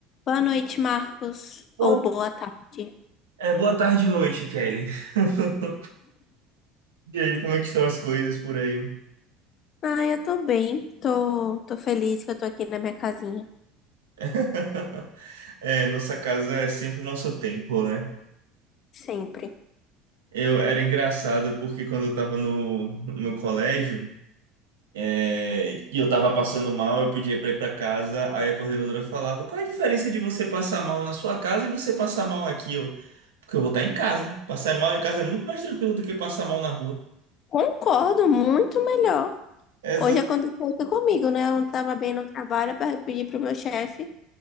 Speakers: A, on the left (about 50°); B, on the right (about 85°).
A: Boa noite, Marcos.
B: Boa,
A: Ou boa tarde.
B: é, boa tarde e noite, Kelly. <laughs> E aí, como é que estão as coisas por aí?
A: Ah, eu tô bem. Tô, tô feliz que eu tô aqui na minha casinha.
B: <laughs> É, nossa casa é sempre nosso templo, né?
A: Sempre.
B: Eu era engraçado porque quando eu tava no, no colégio é, e eu tava passando mal, eu pedia pra ir pra casa, aí a coordenadora falava: Qual é a diferença de você passar mal na sua casa e você passar mal aqui? Eu, porque eu vou estar em casa. Passar mal em casa é muito mais tranquilo do que passar mal na rua.
A: Concordo, muito melhor.
B: Exato.
A: Hoje aconteceu isso comigo, né? Eu não tava bem no trabalho, eu pedi pro meu chefe